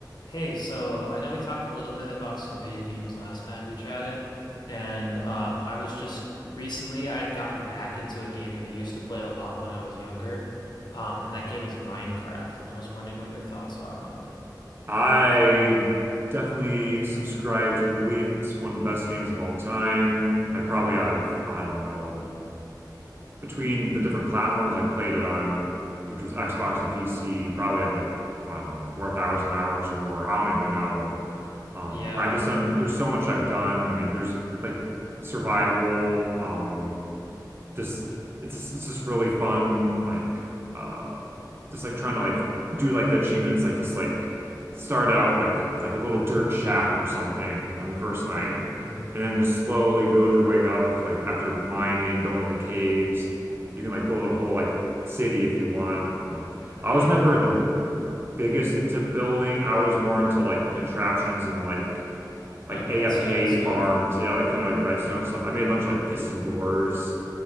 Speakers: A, on the left; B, on the right.
A: Hey, so I know we talked a little bit about some video games last time we chatted, and um, I was just recently I had gotten back into a game that I used to play a lot when I was younger, um, and that game is Minecraft, and I was wondering what your thoughts are on it.
B: I definitely subscribe to the belief it's one of the best games of all time. I probably
A: Mm-hmm.
B: have, I don't know, between the different platforms I played it on, which was Xbox and PC, probably have like, I don't know, 4,000 hours or more. I don't even know. Um,
A: Yeah.
B: I just done, there's so much I've done. I mean, there's like survival, um, just it's it's just really fun like uh just like trying to like do like the achievements like just like start out like with like a little dirt shack or something on the first night
A: Mm-hmm.
B: and then just slowly build your way up like after mining going in the caves you can like build a whole like city if you want um I
A: Yeah.
B: was never the biggest into building I was more into like contraptions and like like
A: Like redstone
B: AFK
A: stuff.
B: farms yeah like kind of like redstone stuff I made a bunch of like piston doors